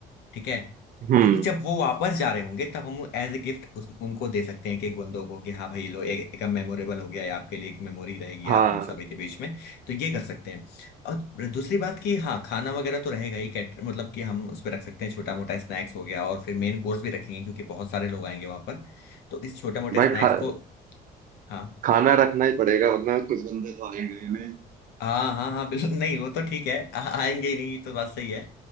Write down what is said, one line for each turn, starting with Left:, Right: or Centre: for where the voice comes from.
Left: ठीक है
Right: हम्म
Left: क्योंकि जब वो वापस जा रहे होंगे तब हम एज ए गिफ्ट उनको दे सकते हैं कि एक बंदों को कि हाँ भाई ये लो एक, एक मेमोरेबल हो गया ये आपके लिए एक मेमोरी रहेगी
Right: हाँ
Left: आप हम सभी के बीच में तो ये कर सकते हैं और दूसरी बात कि हाँ खाना वगैरह तो रहेगा ही कैटर मतलब कि हम उस पर रख सकते हैं छोटा मोटा स्नैक्स हो गया और फिर मेन कोर्स भी रखेंगे क्योंकि बहुत सारे लोग आएंगे वहां पर तो इस छोटे मोटे
Right: भाई
Left: स्नैक्स
Right: खा
Left: को हाँ
Right: खाना रखना ही पड़ेगा वरना कुछ बंदे तो आएंगे ही नहीं
Left: हाँ हाँ हाँ बिल्कुल नहीं वो तो ठीक है आ, आएंगे ही नहीं ये तो बात सही है